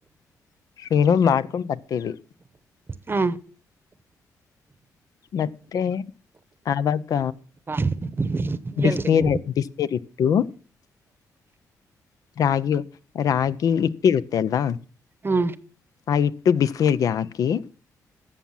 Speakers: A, on the left (about 60°); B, on the right (about 30°).
A: ಏನೋ ಮಾಡ್ಕೊಂಡ್ ಬರ್ತೀವಿ.
B: ಹಾ
A: ಮತ್ತೆ ಆವಾಗ.
B: ಹ
A: ಬಿಸಿನೀರ
B: ಹೇಳ್ತೀನಿ
A: ಬಿಸಿನೀರಿಟ್ಟು. ರಾಗಿ ರಾಗಿ ಹಿಟ್ಟಿರುತ್ತೆ ಅಲ್ವಾ.
B: ಹಾ
A: ಆ ಹಿಟ್ಟು ಬಿಸಿನೀರ್ಗೆ ಹಾಕಿ.